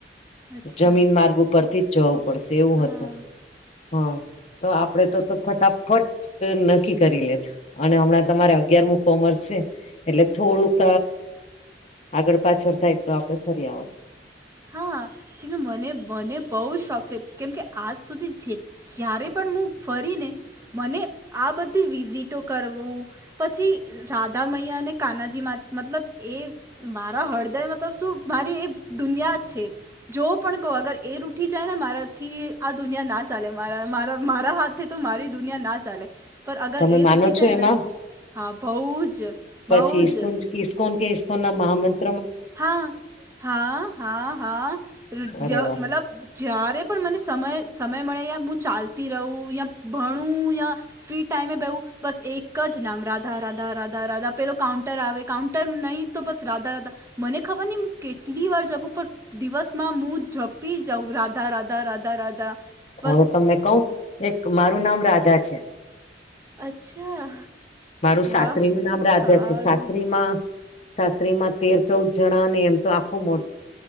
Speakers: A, on the right; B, on the left.
A: અચ્છા
B: જમીન માર્ગ ઉપરથી જ જવું પડશે એવું
A: હા
B: હતું. હા તો આપડે તો તો ફટાફટ નક્કી કરી લેત. અને હમણાં તમારે અગિયારમું કૉમેર્સ છે એટલે થોડુંક આગળ પાછળ થાય તો આપડે ફરી આવત.
A: હા કેમ મને મને બહુ શોખ છે કેમકે આજ સુધી જે જ્યારે પણ હું ફરીને મને આ બધી વિઝિટો કરવું પછી રાધાામૈયા અને કાનાજીમાં મતલબ એ મારા હળદય મતલબ શું મારી એ દુનિયા જ છે. જો પણ કહો અગર એ ર ઉઠી જાય ને મારાથી આ દુનિયા ના ચાલે મારા મારા મારા હાથ તો મારી દુનિયા ના ચાલે પણ અગર
B: તમે
A: એ
B: માનો
A: ઉઠી
B: છો
A: જાય
B: એમાં
A: ને હા બહુ જ
B: પછી
A: બહુ
B: ઇસ્કોન
A: જ
B: ઇસ્કોન કે ઇસ્કોન ના મહમંત
A: હા હા હા હા મતલબ
B: અરે વાહ
A: જ્યારે પણ મને સમય સમય મળે યા હું ચાલતી રહું યાં ભણું યાં ફ્રી ટાઈમે બેવું બસ એક જ નામ રાધા રાધા રાધા રાધા પેલો કાઉન્ટર આવે કાઉન્ટર નહીં તો બસ રાધા રાધા મને ખબર નહી હું કેટલી વાર જબ ઉપર દિવસમા હુ, જઝપી જાઉં રાધા રાધા રાધા રાધા.
B: હવે
A: બસ
B: તમને કઉ એક મારું નામ રાધા છે.
A: અચ્છા
B: મારું સાસરીનુ
A: વાહ
B: નામ રાધા
A: સારું
B: છે, સાસરીમા શસ્ત્રીમાં તેર ચૌદ જણા અને એમ તો આખું મો